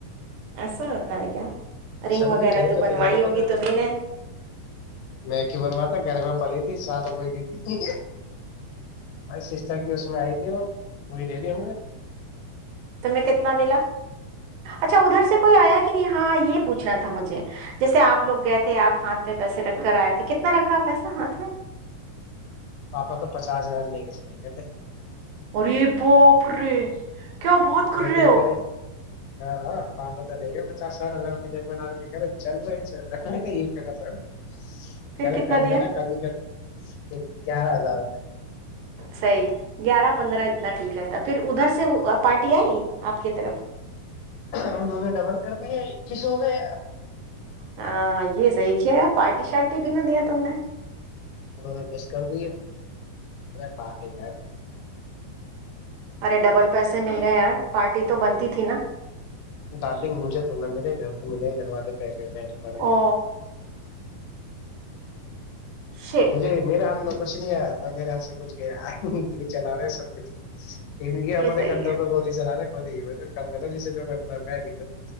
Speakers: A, on the right; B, on the left.
A: ایسا ہوتا ہے کیا رنگ
B: اصل
A: وغیرہ
B: میں گئے تو
A: بنوائی
B: تیاری
A: ہوگی
B: کے ساتھ
A: تمہیں
B: مے
A: نے
B: میں کیوں بنواتا گھر میں پڑی تھی سال ہو گئی سشتر کی اس میں آئی تھی وہ وہی دے دی ہم نے
A: تمہیں کتنا ملا اچھا ادھر سے کوئی ایا کہ نہیں ہاں یہ پوچھنا تھا مجھے جیسے اپ لوگ گئے تھے اپ ہاتھ پہ پیسے رکھ کر ائے تھے کتنا رکھا اپ ایسا ہاتھ میں
B: پاپا تو پچاس ہزار لے کے چلیں گے
A: اے بو پ رہے کیوں بہت کر
B: لیکن
A: رہے ہو
B: کہہ ہاں ہاں فم تو لے گ میں چار سٹھ ہزار م ج من کرا چل رہائ چ یہ سر
A: پھر
B: کیا ن
A: کتنا
B: کم
A: دیا
B: میں نا کم ہی کرنا ایک گیارہ ہزار روپئے
A: صحیح گیارہ پندرہ اتنا ٹھیک رہتا پھر ادھر سے پارٹی آئی آپ کی طرف
B: ہم دونوں ڈبل کر دیے اکیسو میں
A: ہاں یہ صحی کیا پارٹی شارٹی بھی نہ دیا تم نے
B: انوں نے کش کر دی ارے پارٹی کا
A: ارے ڈبل پیسے مل گئے یار پارٹی تو بنتی تھی نا
B: ڈارلنگ مجھے تو نہ ملے گھر کو ملے گھر والے پیکٹ بیٹھے پڑے
A: او شٹ
B: مجھے میرے ہاتھ میں کچھ نہیں ہے میں میرے ہاں سے س کچھ گیا گی چلا رہے سب کچھ <inaudible> ان یہ اپنے
A: صحیح
B: کندوں
A: ہے
B: پہ گولی چلا رہے کو کرتے جیے جگ میں د